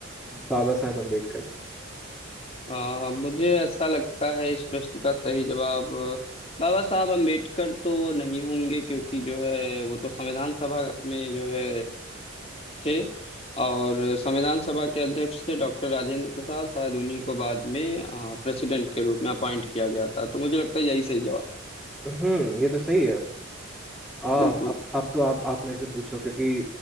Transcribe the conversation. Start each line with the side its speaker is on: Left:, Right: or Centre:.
Centre: बाबा साहेब अम्बेडकर
Left: आ, मुझे ऐसा लगता है इस प्रश्न का सही जवाब अ, बाबा साहब अम्बेडकर तो नहीं होंगे क्योंकि जो है वो तो संविधान सभा में जो है थे और संविधान सभा के अध्यक्ष थे डॉक्टर राजेंद्र प्रसाद शायद उन्हीं को बाद में प्रेसिडेंट के रूप में अपॉइंट किया गया था तो मुझे लगता है यही सही जवाब
Centre: हम्म ये तो सही है हाँ
Left: बिल्कुल
Centre: अब अब तो आप आप मेरे से पूछो क्योंकि